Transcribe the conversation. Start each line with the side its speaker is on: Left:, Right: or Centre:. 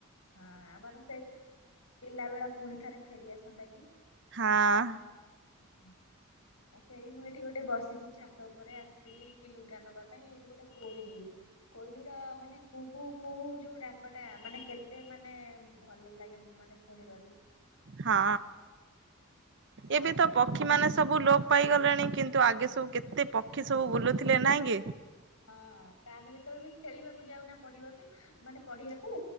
Left: ହଁ ଆମର ସେ ପିଲାବେଳ ପୁଣି ଥରେ ଫେରିଆସନ୍ତା କି?
Right: ହଁ।
Left: ହୁଁ। ସେଇ ମୁଁ ଏଠି ଗୋଟେ ବସିଛି ଛାତ ଉପରେ ଆସିଥିଲି କି ଲୁଗା ନବା ପାଇଁ ଏଇଠି ଗୋଟେ କୋଇଲି। କୋଇଲି ର ମାନେ କୁହୁ କୁହୁ ଯୋଉ ଡାକଟା ମାନେ କେତେ ମତେ ମାନେ ଭଲ ଲାଗେ ମାନେ ଶୁଣିବାକୁ।
Right: ହଁ
Left: ଏ
Right: ଏବେ
Left: ଆମ୍ବ
Right: ତ ପକ୍ଷୀମାନେ ସବୁ ଲୋପ ପାଇଗଲେଣି କିନ୍ତୁ ଆଗେ ସବୁ କେତେ ପକ୍ଷୀ ସବୁ ବୁଲୁଥିଲେ ନାହିଁ କି।
Left: ହଁ ତାହାଲେ ଯେତେବେଳେ ବି ଖେଳିବାକୁ ଯାଉନା ପଢିବାକୁ ମାନେ ପଢିଆକୁ।